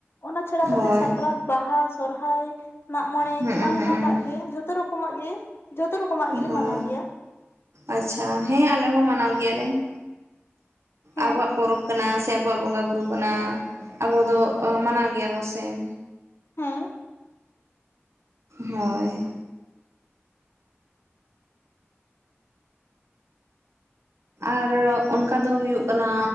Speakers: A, on the left (about 55°); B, on the right (about 80°).
A: ᱚᱱᱟ ᱪᱷᱟᱲᱟ ᱠᱟᱛᱮ
B: ᱦᱳᱭ
A: ᱥᱟᱠᱨᱟᱛ, ᱵᱟᱦᱟ, ᱥᱚᱨᱦᱟᱭ, ᱢᱟᱜ ᱢᱚᱬᱮ
B: ᱦᱩᱸ
A: ᱠᱚᱢᱟ ᱦᱮᱱᱟᱜ
B: ᱦᱩᱸ
A: ᱟᱠᱟᱜ ᱜᱮ ᱡᱷᱚᱛᱚ ᱨᱚᱠ ᱨᱚᱠᱚᱢᱟᱜ ᱜᱮ ᱡᱷᱚᱛᱚ ᱨᱚᱠᱚᱢᱟᱜ ᱜᱮᱞᱮ
B: ᱦᱳᱭ
A: ᱢᱟᱱᱟᱣ ᱜᱮᱭᱟ ᱾
B: ᱟᱪᱪᱷᱟ ᱦᱮᱸ ᱟᱞᱮ ᱦᱚᱸ ᱢᱟᱱᱟᱣ ᱜᱮᱭᱟᱞᱮ ᱾
A: ᱦᱮᱸ
B: ᱟᱵᱚᱣᱟᱜ ᱯᱚᱨᱚᱵᱽ ᱠᱟᱱᱟ ᱥᱮ ᱟᱵᱚᱣᱟᱜ ᱵᱚᱸᱜᱟᱼᱵᱩᱨᱩ ᱠᱟᱱᱟ ᱾ ᱟᱵᱚ ᱫᱚ ᱢᱟᱱᱟᱣ ᱜᱮᱭᱟᱵᱚ ᱥᱮ ᱾
A: ᱦᱮᱸ ᱾
B: ᱦᱳᱭ ᱾ ᱟᱨ ᱚᱱᱠᱟ ᱫᱚ ᱦᱩᱭᱩᱜ ᱠᱟᱱᱟ